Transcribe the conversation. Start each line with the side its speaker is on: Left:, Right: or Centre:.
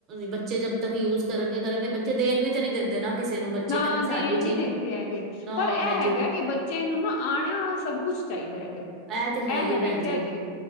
Right: ਬੱਚੇ ਜਬ ਤੱਕ ਯੂਜ ਕਰਨਗੇ-ਕਰਨਗੇ। ਬੱਚੇ ਦੇਣ ਵੀ ਤੇ ਨਹੀਂ ਦੇੰਦੇ ਨਾ। ਕਿਸੇ ਨੂੰ ਬੱਚੇ
Left: ਨਾ
Right: ਕਹਿੰਦੇ ਸਾਡੀ
Left: ਦੇਣ
Right: ਚੀਜ਼
Left: ਨੀ ਦੇਂਦੇ ਹੈਗੇ।
Right: ਨਾ
Left: ਪਰ ਇਹ
Right: ਭੈਣ ਜੀ
Left: ਹੈਗਾ ਕਿ ਬੱ ਬੱਚੇ ਨੂੰ ਨਾ, ਆਣਾ ਸਭ ਕੁੱਛ ਚਾਹੀਦਾ ਹੈਗਾ।
Right: ਐ ਤੇ ਹੈਈਏ
Left: ਇਹ ਮੈਂ ਵੇਖਿਆ
Right: ਭੈਣ ਜੀ।
Left: ਜੇ